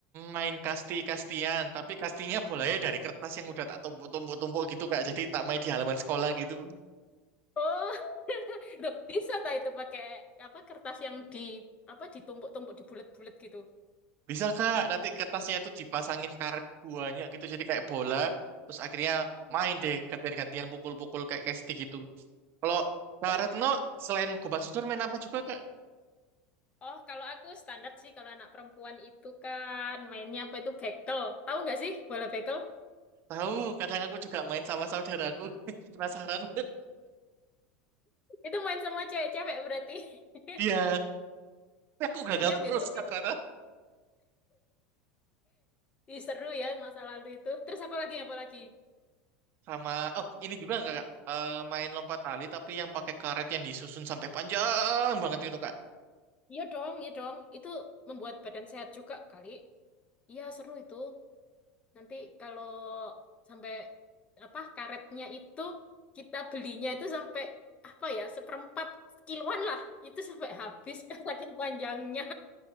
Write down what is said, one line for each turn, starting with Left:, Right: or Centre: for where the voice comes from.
Right: main kasti-kastian, tapi kastinya bolanya dari kertas yang udah tak tumpuk-tumpuk-tumpuk gitu Kak. Jadi tak main di halaman sekolah gitu.
Left: Oh, <laughs> loh, bisa tak itu pakai apa kertas yang di apa ditumpuk-tumpuk dibulet-bulet gitu.
Right: Bisa Kak, nanti kertasnya itu dipasangin karet buahnya gitu, jadi kayak bola. Terus akhirnya
Left: Oh, iya.
Right: main deh gantian-gantian pukul-pukul kayak kasti gitu. Kalau Kak
Left: Terus
Right: Retno, selain gobang sodor main apa juga Kak?
Left: Oh, kalau aku standar sih kalau anak perempuan itu kan mainnya apa itu bekel. Tahu nggak sih bola bekel?
Right: Tahu, kadang aku juga main sama saudaraku. <laughs> Penasaran?
Left: Itu main sama cewek-cewek berarti. <laughs>
Right: Iya, tapi aku gagal
Left: Soalnya
Right: terus
Left: biasa
Right: Kak
Left: main
Right: ternyata.
Left: Ih, seru ya masa lalu itu. Terus apa lagi apa lagi?
Right: Sama oh ini juga nggak Kak? Eh, main lompat tali tapi yang pakai karet yang disusun sampai panjang banget gitu Kak.
Left: Iya dong, iya dong. Itu membuat badan sehat juga kali. Iya seru itu. Nanti kalau sampai apa karetnya itu kita belinya itu sampai apa ya seperempat kiloan lah. Itu sampai habis <laughs> saking panjangnya.